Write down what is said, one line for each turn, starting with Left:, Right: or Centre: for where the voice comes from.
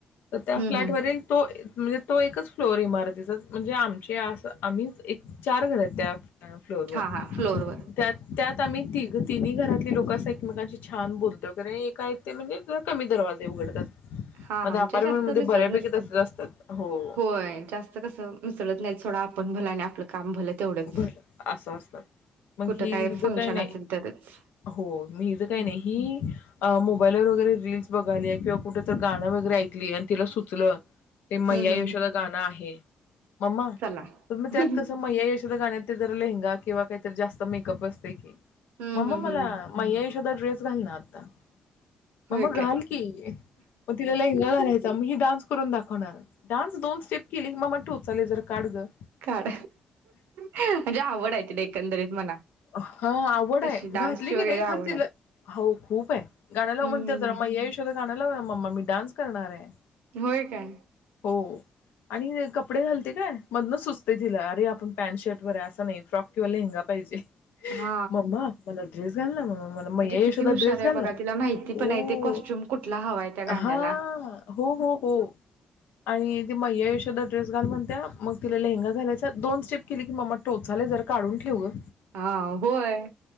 Left: तर त्या
Right: हम्म
Left: फ्लॅटवरील
Right: हम्म
Left: तो म्हणजे तो एकच फ्लोर इमार च म्हणजे आमचे आम्हीच एक चार घर आहेत त्या फ्लोर वर
Right: हा हा फ्लोअरवर
Left: त्या, त्या आम्ही तिघ तिन्ही घरातले लोक असं एकमेकांशी छान बोलतो कार एकाय ते म्हणजे कमी दरवाजे उघडतात.
Right: हा
Left: मग
Right: आमच्यात
Left: अपार्टमेंट
Right: जास्त
Left: मध्ये
Right: मिसळत
Left: बऱ्यापैकी
Right: नसते
Left: तसेच असतात हो
Right: होय जास्त कस मिसळत नाहीच. थोड आपण भल आणि आपलं काम भलं तेवढंच
Left: बर अस असत मग
Right: कुठं
Left: हिच
Right: काय फंक्शन
Left: काही नाही
Right: असेल तरच
Left: हो हिच काही
Right: हम्म
Left: नाही ही मोबालवर वैगेरे रील बघाली किंवा कुठे तर गाणं वगैरे ऐकली आणि तिला सुचलं ते मय्या
Right: हम्म हम्म
Left: यशोदा गाणं आहे. मम्मा
Right: चला हम्म
Left: तुम्ही त्यात कसं म यश कुठ गाण्यात ते जरा लेहंगा किंवा काहीत जास्त मेकअप असते की
Right: हम्म
Left: मम्मा
Right: हम्म
Left: मला
Right: हम्म
Left: म यश एखादा ड्रेस घाल ना आता. मम्मा
Right: होय काय
Left: घाल की मग तिला लेहंगा घालायचा ही डान्स करून दाखवणार डान्स दोन स्टेप केली मम्मा तू चले ये जरा काढ गं.
Right: काढ. म्हणजे आवड आहे तिला एकंदरीत म्हणा
Left: हा आवड
Right: तशी
Left: आहे
Right: डान्सची
Left: घातली
Right: वगैरे
Left: की नाही
Right: आवड
Left: खर तिला
Right: आहे.
Left: हो खूप हे गाण्याला
Right: हम्म
Left: म्हणते तर मैया यशोदा गाणं लाव न मम्मा मी डान्स करणार आहे.
Right: होय काय.
Left: हो आणि कप कपडे घालते काय मधनं सुस् येते तिला अरे आपण पॅन्ट शर्ट वैगेरे अस नाही फ्रॉक किंवा लेहंगा पाहिजे.
Right: हा
Left: "मम्मा, मला ड्रेस घालना मम्मा मला मैया
Right: म्हणजे किती
Left: यशोदा
Right: हुशार
Left: ड्रेस
Right: आहे
Left: घाल
Right: बघा
Left: ना
Right: तिला माहिती
Left: ओ
Right: पण आहे ते कॉस्ट्युम कुठला हवाय त्या गाण्याला
Left: हा हो हो हो आणि ते मैया यशोदा ड्रेस घाल म्हणत्या मग तिला लेहेंगा घालायचा दोन स्टेप केली की म्मा टोचाले जर काढून ठेव ग.
Right: हा होय